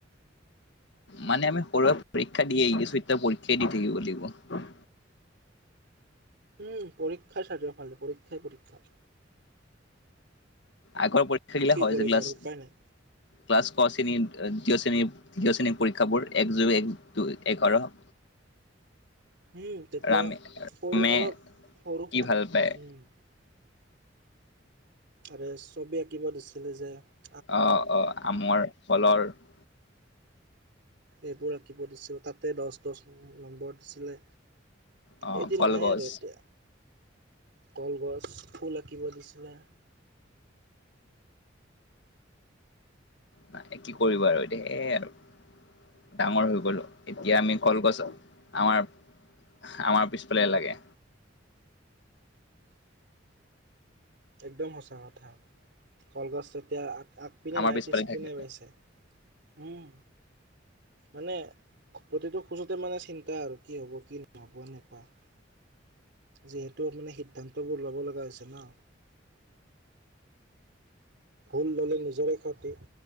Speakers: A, on the left; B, on the right.
A: মানে আমি সৰুৰ পৰা পৰীক্ষা দি আহি আছো এতিয়া ও পৰীক্ষাই দি থাকিব লাগিব।
B: উম পৰীক্ষাৰ চাৰিওফালে পৰীক্ষাই পৰীক্ষা।
A: আগৰ পৰীক্ষা গিলা
B: কি
A: হয়
B: কৰিবা
A: যে ক্লাছ
B: আৰু উপায় নাই
A: ক্লাছ ক শ্ৰেণী দ্বিতীয় শ্ৰেণীত - তৃতীয় শ্ৰেণীৰ পৰীক্ষাবোৰ এক যোগ এক দুই এঘাৰ - আৰু
B: উম তেতিয়া
A: ৰামে ৰামে
B: সৰু কালত সৰু
A: কি ভাল পায়?
B: উম আৰু ছবি আঁকিব দিছিলে যে -
A: অ' অ' আমৰ, কলৰ -
B: এইবোৰ আঁকিব দিছিলে তাতে দচ দচ নম্বৰ দিছিলে।
A: আহ
B: এদিন
A: কলগছ
B: নাই আৰু এতিয়া কলগছ ফুল আঁকিব দিছিলে-
A: নাই কি কৰিবা আৰু এতিয়া সেয়ে আৰু - ডাঙৰ হৈ গলো এতিয়া আমি কলগছত আমাৰ - আমাৰ পিছফালে লাগে।
B: একদম সঁচা কথা, কলগছ তেতিয়া - আগপিনে
A: আমাৰ
B: নাই
A: পিছফালে
B: পিছপিনে
A: থাকে
B: পাইছে, উম মানে - প্ৰতিটো খোজতে মানে চিন্তা আৰু কি হব কি নহব এনেকুৱা - যিহেতু মানে সিদ্ধান্তবোৰ ল'ব লগা হৈছে ন। ভুল ল'লে নিজৰে ক্ষতি -